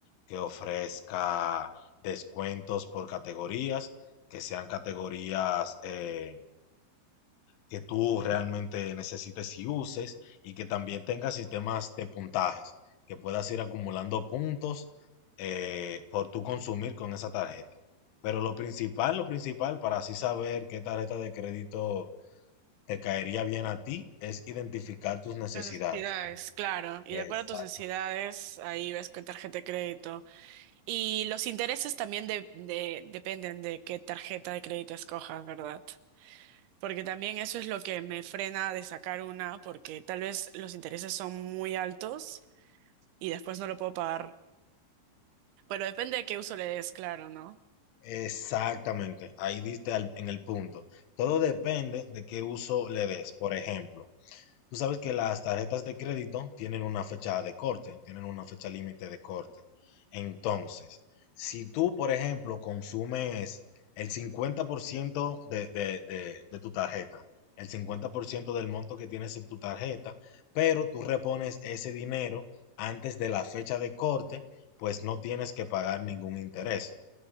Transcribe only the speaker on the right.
Las necesidades, claro. Y
de acuerdo a tus necesidades, ahí ves qué tarjeta de crédito. Y los intereses también de, de- dependen de qué tarjeta de crédito escojas, ¿verdad? Porque también eso es lo que me frena de sacar una, porque tal vez los intereses son muy altos y después no lo puedo pagar. Pero depende de qué uso le des, claro, ¿no?